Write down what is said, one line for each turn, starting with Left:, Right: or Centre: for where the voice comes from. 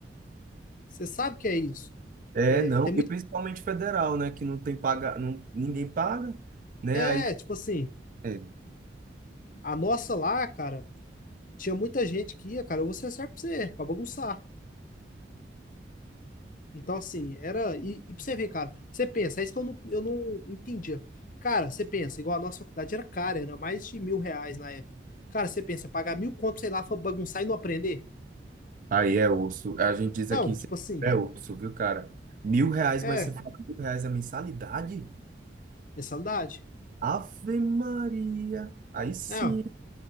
Left: você sabe que é isso.
Right: É,
Left: É,
Right: não.
Left: tem muito.
Right: E principalmente federal, né? Que não tem paga, não, ninguém paga, né?
Left: É,
Right: Aí.
Left: tipo assim,
Right: é,
Left: a nossa lá, cara, tinha muita gente que ia, cara, eu vou ser certo pra você, pra bagunçar. Então, assim, era. E, e pra você ver, cara, você pensa, é isso que eu não, eu não entendia. Cara, você pensa, igual a nossa faculdade era cara, era mais de mil reais na época. Cara, você pensa, pagar mil conto, sei lá, pra bagunçar e não aprender?
Right: Aí é osso. A gente diz
Left: Não,
Right: aqui em Sergipe,
Left: tipo assim,
Right: é osso, viu, cara? Mil reais,
Left: é,
Right: mas você fala mil reais a mensalidade?
Left: mensalidade.
Right: Ave Maria. Aí sim.
Left: Não,